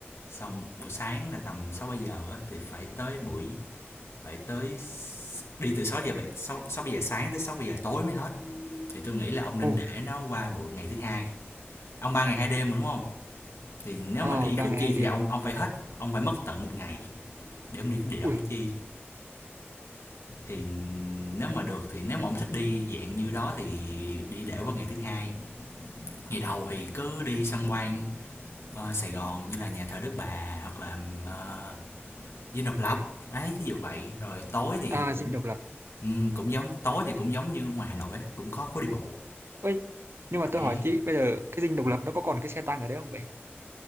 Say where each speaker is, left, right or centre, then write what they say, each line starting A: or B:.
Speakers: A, on the left; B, on the right.
A: xong buổi sáng là tầm 6 7 giờ á, thì phải tới buổi phải tới đi từ 6 giờ 7 6 6 giờ sáng tới 6 7 giờ tối mới hết thì tôi nghĩ là ông nên
B: ồ
A: để nó qua buổi ngày thứ hai ông ba ngày hai đêm mà đúng không thì nếu
B: ờ
A: mà đi
B: ba
A: Củ
B: ngày
A: Chi
B: hai đêm
A: thì ông ông phải hết ông phải mất tận một ngày để ông đi địa đạo
B: ui
A: Củ Chi thì nếu mà được thì nếu mà ông thích đi dạng như đó thì đi để qua ngày thứ hai ngày đầu thì cứ đi xăm quan ờ, Sài Gòn như là nhà thờ Đức Bà hoặc là ờ, Dinh Độc Lập đấy thí dụ vậy rồi tối thì
B: à
A: cũng
B: dinh độc lập
A: ừ, cũng giống tối thì cũng giống như ngoài Hà Nội á, cũng có phố đi bộ
B: ơi nhưng mà
A: đấy
B: tôi hỏi tí bây giờ cái dinh độc lập nó có còn cái xe tăng ở đấy không vậy